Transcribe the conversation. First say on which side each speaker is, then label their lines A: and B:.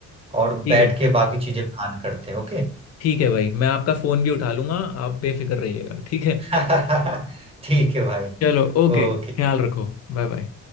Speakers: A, on the right (about 20°); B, on the left (about 55°).
A: और
B: ठीक
A: बैठ
B: है
A: के बाकी चीजें प्लान करते हैं ओके
B: ठीक है भाई मैं आपका फोन भी उठा लूंगा आप बेफिक्र रहिएगा ठीक है
A: <laughs> ठीक है भाई
B: चलो ओके
A: ओके
B: ख्याल रखो Bye bye